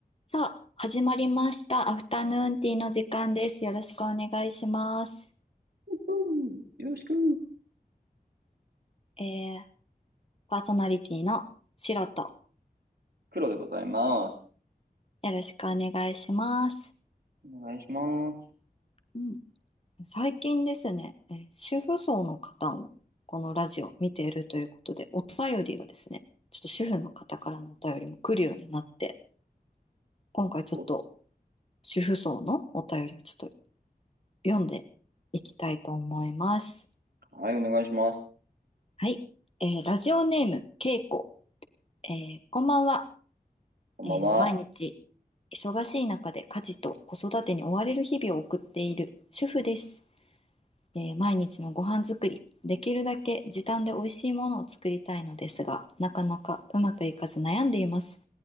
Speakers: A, on the left; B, on the right.
A: さあ、始まりました。アフタヌーンティーの時間です。よろしくお願いします。
B: うんよろしく。
A: えー、パーソナリティのシロと、
B: 黒でございます。
A: よろしくお願いします。
B: お願いします。
A: うん、最近ですね、えー主婦層の方もこのラジオ見ているということで、お便りがですね、ちょっと主婦の方からのお便りも来るようになって、今回ちょっと
B: そうです
A: 主婦層のお便りをちょっと読んでいきたいと思います。
B: か。はい、お願いします。
A: はい。えーラジオネーム、けいこ。えーこんばんは。
B: こんばんは。
A: えー毎日忙しい中で家事と子育てに追われる日々を送っている主婦です。えー毎日のご飯作り、できるだけ時短で美味しいものを作りたいのですが、なかなかうまくいかず悩んでいます。